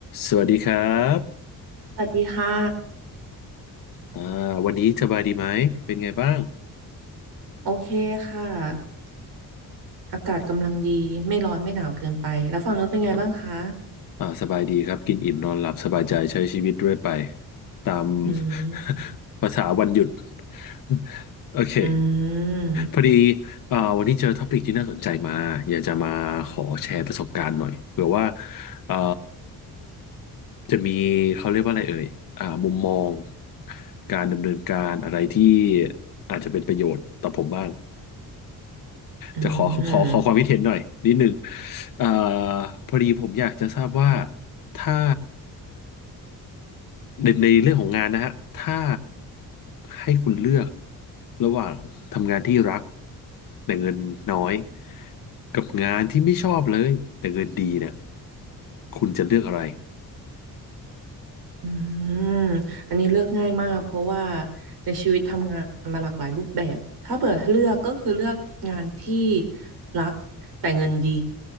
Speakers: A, on the left; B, on the right.
A: สวัสดีครับ
B: สวัสดีค่ะ
A: อ่าวันนี้สบายดีไหมเป็นไงบ้าง
B: โอเคค่ะอากาศกำลังดีไม่ร้อนไม่หนาวเกินไปแล้วฝั่งนู้นเป็นไงบ้างคะ
A: ครับอ่าสบายดีครับ กินอิ่มนอนหลับสบายใจใช้ชีวิตด้วยไปตาม
B: อืม
A: <laughs> ภาษาวันหยุด <laughs> โอเค
B: อืม
A: พอดีอ่าวันนี้เจอท็อปิกที่น่าสนใจมาอยากจะมาขอแชร์ประสบการณ์หน่อยเผื่อว่าอ่าจะมีเขาเรียกว่าอะไรเอ่ยอ่ามุมมองการดำเนินการอะไรที่อาจจะเป็นประโยชน์ต่อผมบ้าง
B: อืม
A: จะขอขอขอความคิดเห็นหน่อยนิดนึงเอ่อพอดีผมอยากจะทราบว่าถ้าในในเรื่องของงานนะฮะถ้าให้คุณเลือกระหว่างทำงานที่รักแต่เงินน้อยกับงานที่ไม่ชอบเลยแต่เงินดีเนี่ยคุณจะเลือกอะไร
B: อืมอันนี้เลือกง่ายมากเพราะว่าในชีวิตทำงานมาหลากหลายรูปแบบถ้าเปิดเลือกก็คือเลือกงานที่รักแต่เงินดี